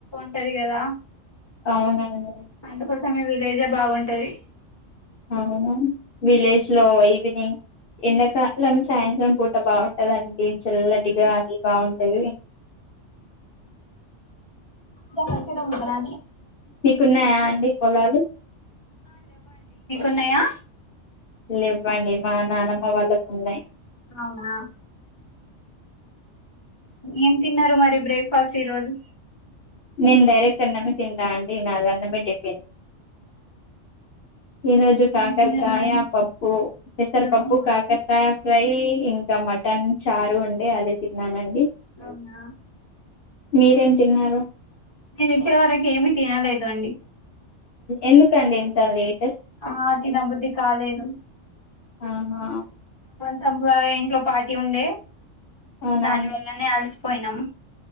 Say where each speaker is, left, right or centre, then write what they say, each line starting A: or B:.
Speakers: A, on the left; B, on the left.
A: టాది కదా
B: అవునవును
A: అందుకోసమె విలేజే బాగుంటాది
B: అవునా విలేజ్ లో ఈవినింగ్ ఎండకలం సాయంత్రం పు ట అబాగుంటదండి చిల్లటిగాలి బాగుంటది
A: దక్కడికడ ముగ్రానికి
B: మీీకున్నాయా అండి పొలాలు
A: ఉన్నాయా
B: లేవ్వండి మా నానమ్మ వాళ్ళకు ఉన్నాయ్
A: అవునా ఏం తిన్నారు మరి బ్రేక్ఫాస్ట్ ఈరోోజు
B: నేను డైరెక్ట్ అన్నమే తింటా అండి నాదీ అన్నమే టిఫిన్ ఈ రోజు కాకర్కాయ
A: ఏం తిన్నారు మరి
B: పప్పు పేసర్
A: ఆహా
B: పప్పు కాకర్కాయ చికెన్ ఫ్రై ఇంకా మటన్ చారు ఉండే అదే తిన్నానండి
A: అవునా
B: మీరేం తిన్నారు
A: నేను ఇప్పటి వరకు ఏమి తినలేదు అండి
B: ఎందు కండి ఇంత లేట్
A: ఆ తినబుద్ధి కాలేదు
B: ఆహా
A: అబ్బ ఇంట్లో పాటీ ఉండే
B: అవునా
A: దాని వల్లనే అలసిపోయినాం